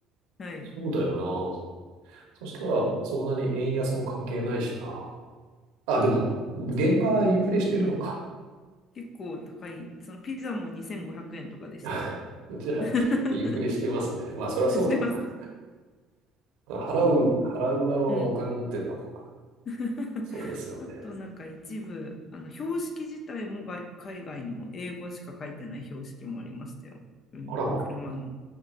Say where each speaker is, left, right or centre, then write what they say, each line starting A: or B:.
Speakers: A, on the left; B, on the right.
A: はい。
B: そうだよな。そしたら、そんなに円安も関係ないしな。あ、
A: 本当に
B: でも、現場はインフレしてるのか。
A: 結構高い、そのピザも2500円とかでしたね。
B: <laughs> じゃあ、
A: <laughs>
B: インフレしてますね。まあ、そりゃそうだな。
A: してます。
B: 払う、払う側はお金持ってんだもんな。
A: うん。<laughs>
B: そうですよね。
A: あとなんか一部、あの標識自体もが海外の英語しか書いてない標識もありましたよ。うん、
B: あらま
A: 車の。